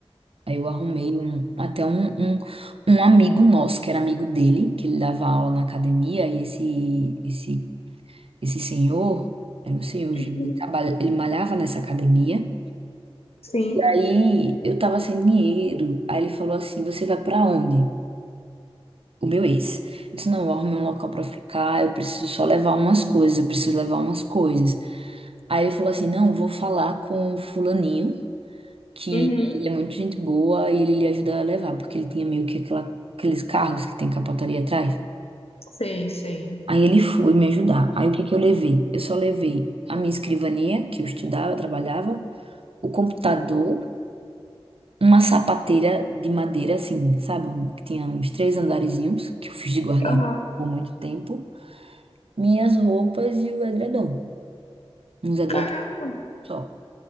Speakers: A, on the right (about 65°); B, on the left (about 75°).
A: aí eu arrumei um, até um, um, um amigo nosso, que era amigo dele, que ele dava aula na academia. E esse, esse, esse senhor, era não sei hoje
B: Uhum.
A: ele, trabalha- ele malhava nessa academia.
B: Sim.
A: Aí eu tava sem dinheiro. Aí ele falou assim: Você vai pra onde? o meu ex. Eu disse, não, eu arrumei um local pra ficar, eu preciso só levar umas coisas, eu preciso levar umas coisas. Aí ele falou assim, não, vou falar com o fulaninho, que
B: Uhum.
A: ele é muito gente boa e ele lhe ajuda a levar, porque ele tinha meio que aquela, aqueles carros que tem capotaria atrás.
B: Sei, sei.
A: Aí ele foi me ajudar. Aí o que que eu levei? Eu só levei a minha escrivania, que eu estudava, trabalhava, o computador, uma sapateira de madeira, assim, sabe? Um- que tinha uns três andarezinhos, que eu fiz de guardar
B: Aham.
A: por muito tempo. minhas roupas e o edredom. Uns edredom
B: Caramba,
A: só.